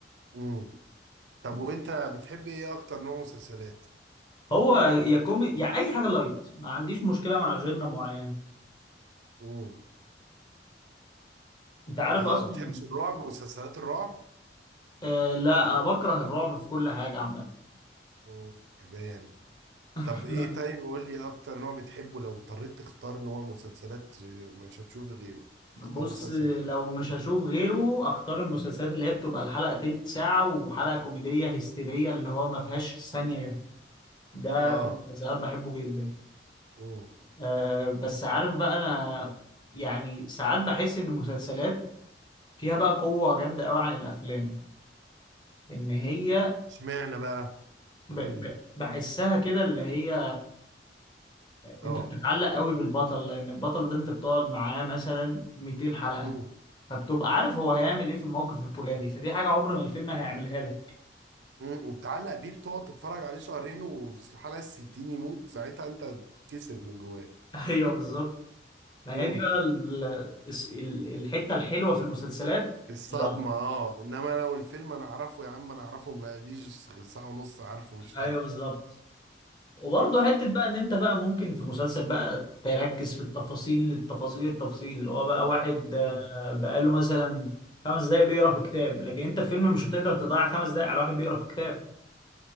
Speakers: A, on the right (about 75°); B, on the left (about 25°).
A: امم طب وانت بتحب ايه اكتر نوع مسلسلات
B: هو يا كومي يعني اي حاجه لايت ما عنديش مشكله مع جنرا معينه
A: امم
B: انت عارف
A: اه
B: اصلا
A: بتحبش الرعب مسلسلات الرعب
B: آه لا انا بكره الرعب في كل حاجه عامه
A: امم كمان
B: <laughs>
A: طب ايه طيب قول لي اكتر نوع بتحبه لو اضطريت تختار نوع مسلسلات مش هتشوف غيره هتختار
B: بص
A: مسلسل ايه
B: لو مش هشوف غيره اختار المسلسلات اللي هي بتبقى الحلقه تلت ساعه وحلقه كوميديه هستيريه اللي هو ما فيهاش ثانيه جنب ده
A: اه
B: في المسلسلات بحبه جدا
A: امم
B: آه بس عارف بقى انا يعني ساعات بحس ان المسلسلات فيها بقى قوة جامدة قوي عن الافلام ان هي
A: اشمعنى بقى
B: ب ب
A: قول لي
B: بحسها كده اللي هي
A: اه
B: انت بتتعلق قوي بالبطل لان البطل ده انت بتقعد معاه مثلا 200 حلقة
A: امم
B: فبتبقى عارف هو هيعمل ايه في الموقف الفلاني فدي حاجة عمر ما الفيلم هيعملها لك
A: امم وبتعلق بيه بتقعد تتفرج عليه شهرين وفي الحلقه الستين يموت ساعتها انت تكسر من جواك
B: <laughs> ايوه بالظبط ما هي
A: امم
B: دي بقى ال- الس- ال- الحتة الحلوة في المسلسلات
A: الصدمه
B: اللي-
A: اه انما لو الفيلم انا اعرفه يا عم انا اعرفه بقاليش غير ساعه ونص عارفه مش فارقه
B: ايوه بالظبط وبرضه حتة بقى ان انت بقى ممكن في مسلسل بقى تركز في التفاصيل التفاصيل التفاصيل اللي هو بقى واحد
A: امم
B: آه، بقاله مثلا خمس دقايق بيقرا في كتاب لكن انت في فيلم مش هتقدر تضيع خمس دقايق على واحد بيقرا في كتاب